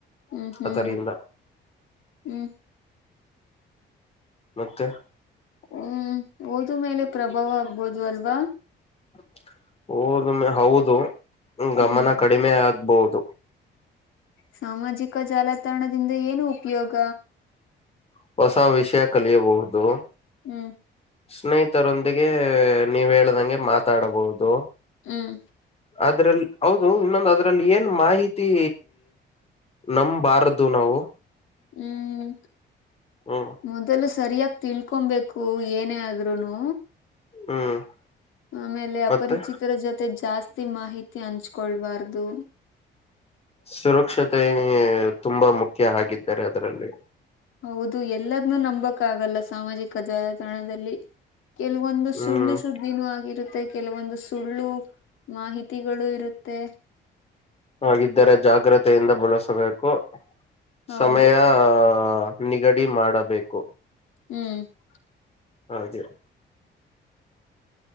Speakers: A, on the left; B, on the left.
A: ಹ್ಮ್ ಹ್ಮ್
B: ಅದರಿಂದ
A: <inaudible> ಹ್ಮ್.
B: ಮತ್ತೆ. <inaudible>
A: ಹ್ಮ್ ಓದು ಮೇಲೆ ಪ್ರಭಾವ ಆಗಬೋದು <inaudible> ಅಲ್ವಾ.
B: <inaudible> ಓದುನು ಹೌದು ಹು ಗಮನ
A: ಹ್ಮ್
B: ಕಡಿಮೆ ಆಗಬಹುದು.
A: ಸಾಮಾಜಿಕ ಜಾಲತಾಣದಿಂದ ಏನು <inaudible> ಉಪಯೋಗ.
B: <inaudible> ಹೊಸ ವಿಷಯ ಕಲಿಯ ಬಹುದು.
A: ಹ್ಮ್.
B: ಸ್ನೇಹಿತರೊಂದಿಗೆ ನೀವ ಹೇಳ್ ದಂಗೆ <inaudible> ಮಾತಾಡಬಹುದು.
A: ಹ್ಮ್. <unintelligible>
B: <inaudible> ಅದರಲ್ಲಿ ಹೌದು ಇನ್ನೊಂದು ಅದರಲ್ಲಿ ಏನ್ ಮಾಹಿತಿ ನಮ್ ಬಾರದ್ದು ನಾವು.
A: ಹ್ಮ್
B: ಹ್ಮ್
A: ಮೊದಲು ಸ ಸರಿಯಾಗಿ ತಿಳೋಕೋನ್ ಬೇಕು <inaudible> ಏನೇ ಆದರೂನು.
B: ಹ್ಮ್. <inaudible>
A: ಆಮೇಲೆ ಅಪರಿಚಿತರ
B: ಮತ್ತೆ
A: ಜೊತೆ ಜಾಸ್ತಿ ಮಾಹಿತಿ ಹಂಚಿಕೋಳ ಬಾರದು. <inaudible>
B: ಸುರಕ್ಷತೆ ತುಂಬಾ ಮುಖ್ಯ ಆಗಿದ್ದಾರೆ ಅದರಲ್ಲಿ. <inaudible>
A: ಹೌದು ಎಲ್ಲಾದನ್ನು ನಂಬಕ್ಕ ಆಗಲ್ಲ ಸಾಮಾಜಿಕ ಜಾಲತಾಣದಲ್ಲಿ. <inaudible> ಕೆಲವೊಂದು
B: ಹ್ಮ್
A: ಸುಳ್ಳು ಸುದ್ದ ನಿನ್ನುವ ಆಗಿರುತ್ತೆ <inaudible> ಕೆಲವೊಂದು ಸುಳ್ಳು ಮಾಹಿತಿಗಳು ಇರುತ್ತೆ.
B: ಹಾಗಿದ್ದರೆ ಜಾಗ್ರತೆಯಿಂದ ಬಳಸಬೇಕು
A: ಹೌದು
B: ಸಮಯಾ <inaudible> ನಿಗಡಿ ಮಾಡಬೇಕು. <inaudible>
A: ಹ್ಮ್. <unintelligible>
B: ಹಾಗೆ. <unintelligible>